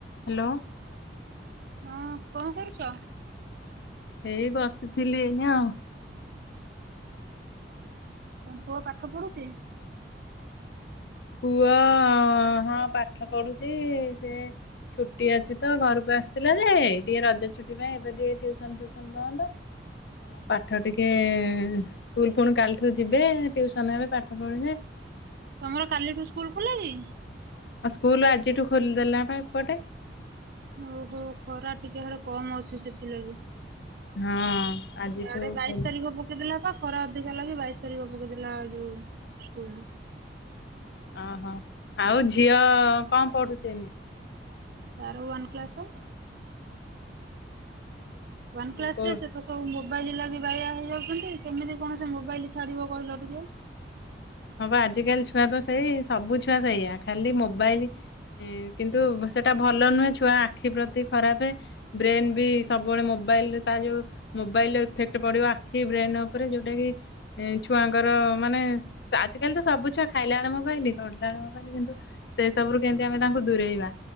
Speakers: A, on the left (about 65°); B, on the right (about 55°).
A: Hello.
B: ହଁ କଣ କରୁଛ?
A: ଏଇ ବସିଥିଲି ଏଇନେ ଆଉ।
B: ତମ ପୁଅ ପାଠ ପଢୁଚି।
A: ପୁଅ ହଁ ପାଠ ପଢୁଛି। ସେ ଛୁଟି ଅଛି ତ ଘରକୁ ଆସିଥିଲା ଯେ ଟିକେ ରଜ ଛୁଟି ପାଇଁ ଏବେ ଟିକେ ଟଟିୁସନ ଫିଉସନ ବନ୍ଦ। ପାଠ ଟିକେ ଏ ସ୍କୁଲ ପୁଣି କାଲିଠୁ ଯିବେ ଟ୍ୟୁସନ ହେବେ, ପାଠ ପଢିବେ।
B: ତମର କାଲିଠୁ ସ୍କୁଲ ଖୋଲା କି?
A: ଆଉ ସ୍କୁଲ ଆଜିଠୁ ଖୋଲିଦେଲା ପା ଏପଟେ।
B: ଓହୋ ଖରା ଟିକେ ସିଆଡେ କମ ଅଛି, ସେଥିଲାଗି।
A: ହଁ ଆଜିଠୁ
B: ଇଆଡେ ବାଇଶ
A: ଖୋଲି
B: ତାରିଖ ପକେଇଦେଲା ବା। ଖରା ଅଧିକ ହେଲା ଯେ ବାଇଶ ତାରିଖ ପକେଇଦେଲା ଯୋଉ ସ୍କୁଲ୍।
A: ଓହୋ ଆଉ ଝିଅ ଅ କଣ ପଢୁଛି ଏଇନେ?
B: ତାର ୱାନ୍ କ୍ଲାସ। ୱାନ୍ କ୍ଲାସରେ
A: କୋଉ
B: ସେ ତ ସବୁ ମୋ ମୋବାଇଲ ଲାଗି ବାୟା ହେଇଯାଉଛନ୍ତି। କେମିତି କଣ ସେ ମୋବାଇଲ ଛାଡିବ କହିଲ ଟିକେ?
A: ହଁ ବା ଆଜିକାଲି ଛୁଆ ତ ସେଇ ସବୁ ଛୁଆ ସେଇଆା ଖାଲି ମୋବାଇଲି କିନ୍ତୁ ସେଟା ଭଲ ନୁହେଁ ଛୁଆ ଆଖି ପ୍ରତି ଖରାପେ, ବ୍ରେନ ବି ସବୁବେଳେ ମୋବାଇଲରେ ତା ଯୋଉ ମୋବାଇଲ ଇଫେକ୍ଟ ପଡିବ ଆଖି ବ୍ରେନ ଉପରେ ଯୋଉଟାକି ଛୁଆଙ୍କର ମାନେ ଆଜ କାଲି ତ ସବୁ ଛୁଆ ଖାଇଲାବେଳ ମୋବାଇଲି, ପଢିଲାବେଳ ମୋବାଇଲି କିନ୍ତୁ ସେଇ ସବୁରୁ କେମତି ଆମେ ତାଙ୍କୁ ଦୂରେଇବା।